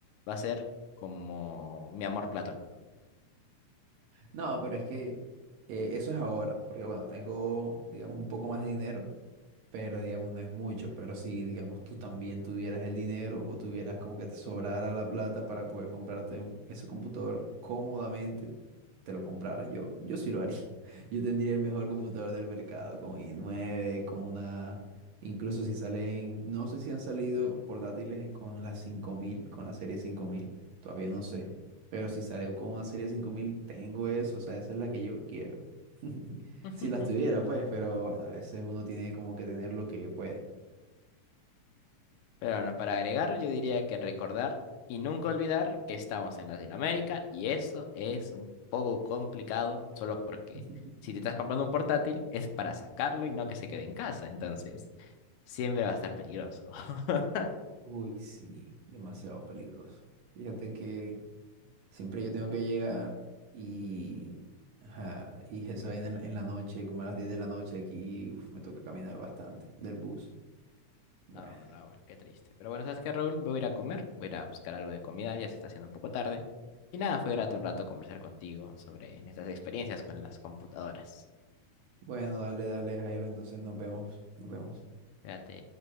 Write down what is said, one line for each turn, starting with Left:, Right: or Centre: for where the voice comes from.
Left: va a ser como mi amor platónico.
Right: no, pero es que eh, eso es ahora, porque bueno, tengo, digamos, un poco más de dinero pero digamos no es mucho, pero si digamos tú también tuvieras el dinero o tuvieras como que te sobrara la plata para poder comprarte un- ese computador cómodamente, te lo compraras yo, yo sí lo haría. <laughs> Yo tendría el mejor computador del mercado con i9, con una, incluso si salen, no sé si han salido portátiles con la 5000 con la serie 5000 todavía no sé, pero si sale con una serie 5000 tengo eso, o sea, esa es la que yo quiero. <laughs>
Left: <laughs>
Right: Si las tuviera, pues, pero bueno, a veces uno tiene como que tener lo que puede.
Left: Pero bueno, para agregar, yo diría que recordar y nunca olvidar que estamos en Latinoamérica y eso es un poco complicado solo porque
Right: <laughs>
Left: si te estás comprando un portátil es para sacarlo y no que se quede en casa, entonces siempre va a estar peligroso. <laughs>
Right: Uy, sí, demasiado peligroso. Fíjate que siempre yo tengo que llegar y, ajá, y eso en la, en la noche, como a las 10 de la noche aquí, uf, me toca caminar bastante del bus. Bueno,
Left: No, Raúl, qué triste. Pero bueno, ¿sabes qué, Raúl? Me Voy a ir a comer, voy a ir a buscar algo de comida, ya se está haciendo un poco tarde. Y nada, fue grato un rato conversar contigo sobre nuestras experiencias con las computadoras.
Right: bueno, dale, dale, Jairo, entonces nos vemos, nos vemos.
Left: Fíjate.